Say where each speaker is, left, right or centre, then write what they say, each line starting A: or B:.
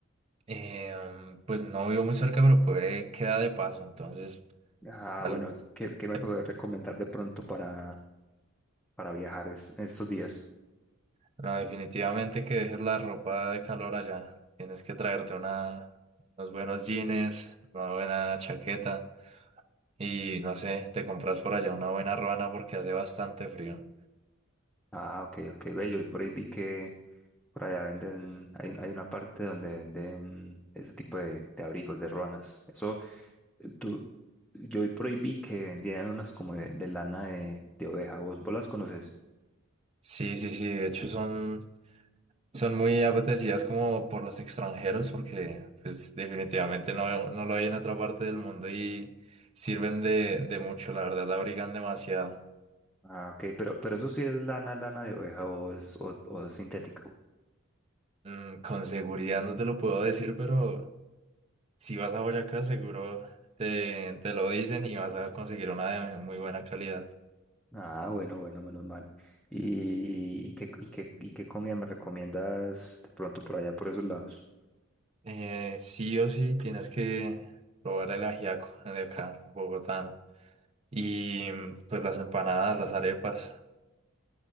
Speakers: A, on the right; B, in the centre.
A: Eh, mm, pues no vivo muy cerca, pero puede quedar de paso. Entonces,
B: Ah,
A: tal
B: bueno,
A: vez.
B: ¿qué, qué me
A: eh,
B: podés recomendar de pronto para, para viajar es- estos días.
A: No, definitivamente que dejes la ropa de calor allá. Tienes que traerte una, unos buenos jeans, una buena chaqueta y no sé, te compras por allá una buena ruana porque hace bastante frío.
B: Ah, ok, ok, bello. Y por ahí vi que por allá venden, hay, un- hay una parte donde venden ese tipo de, de abrigos, de ruanas. Eso, eh, tú, yo hoy por ahí vi que vendían unas como de, de lana de, de oveja. ¿Vos, vos las conoces?
A: Sí, sí, sí. De hecho, son Son muy apetecidas como por los extranjeros porque pues definitivamente no, no lo hay en otra parte del mundo y sirven de, de mucho, la verdad, abrigan demasiado.
B: Ah, ok, pero, pero eso sí es lana, lana de oveja o es, o, o es sintético.
A: Mm, con seguridad no te lo puedo decir, pero si vas a Boyacá seguro te, te lo dicen y vas a conseguir una de muy buena calidad.
B: Ah, bueno, bueno, menos mal. ¿Y, y qué, y qué, y qué comida me recomiendas de pronto por allá, por esos lados?
A: Eh, sí o sí tienes que probar el ajiaco de acá, bogotano. Y mm, pues las empanadas, las arepas.